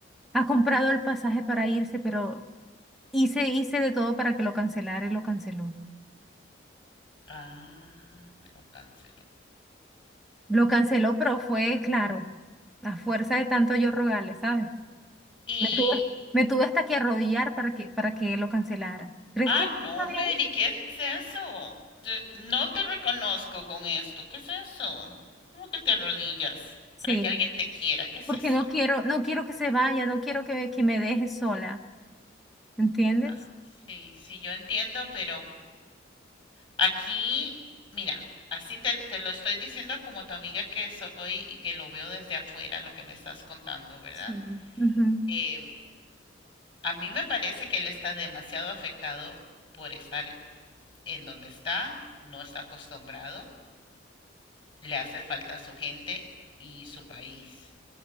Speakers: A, in the centre; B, on the left.
A: Ha comprado el pasaje para irse, pero hice, hice de todo para que lo cancelara y lo canceló.
B: Ah, lo canceló.
A: Lo canceló, pero fue, claro, la fuerza de tanto yo rogarle, ¿sabes?
B: Y
A: Me tuve, me tuve hasta que arrodillar para que, para que lo cancelara. ¿Crees
B: Ah,
A: que está
B: no, Mary,
A: bien?
B: ¿qué es eso? Te- no te reconozco con esto. ¿Qué es eso? ¿Cómo que te arrodillas
A: Sí,
B: para que alguien te quiera? ¿Qué es
A: porque
B: eso?
A: no quiero, no quiero que se vaya, no quiero que, que me deje sola, ¿entiendes?
B: Ah, sí, sí, yo entiendo, pero aquí, mira, así te, te lo estoy diciendo como tu amiga que soy y que lo veo desde afuera lo que me estás contando, ¿verdad?
A: Sí. Ujú.
B: Eh, a mí me parece que él está demasiado afectado por estar en donde está, no está acostumbrado, le hace falta a su gente y su país.